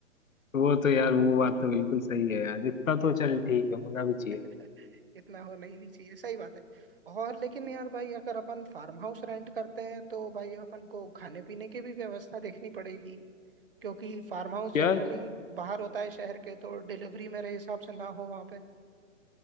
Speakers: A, on the left (about 85°); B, on the right (about 45°).
A: वो तो यार वो बात तो बिल्कुल सही है यार इतना तो चल ठीक है होना भी चाहिए
B: <laughs> इतना होना ही नहीं चाहिए सही बात है और लेकिन यार भाई अगर अपन फार्म हाउस रेंट करते हैं तो भाई अपन को खाने पीने की भी व्यवस्था देखनी पड़ेगी क्योंकि फार्म हाउस जनरली
A: क्या
B: बाहर होता है शहर के तो डिलीवरी मेरे हिसाब से ना हो वहाँ पे